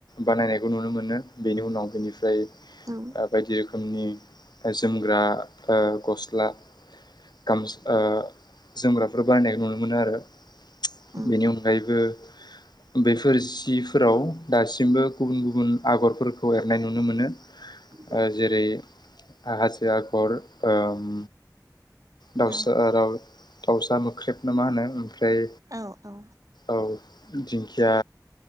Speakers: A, on the left; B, on the right.
A: बानायनायखौ नुनो मोनो बेनि उनाव बेनिफ्राय
B: औ
A: ओ बायदि रोखोमनि जोमग्रा ओ गस्ला गामस ओ जोमग्राफोर बायनायखौ नुनो मोनो आरो
B: औ
A: बेनि अनगायैबो बेफोर सिफोराव दासिमबो गुबुन गुबुन आगरफोरखौ एरनाय नुनो मोनो।
B: <unintelligible>
A: ओ जेरै हाजो आगर ओम दाउसा
B: औ
A: ओ दाव दाउसा मोख्रेब ना मा होनो ओमफ्राय
B: औ औ
A: औ दिंखिया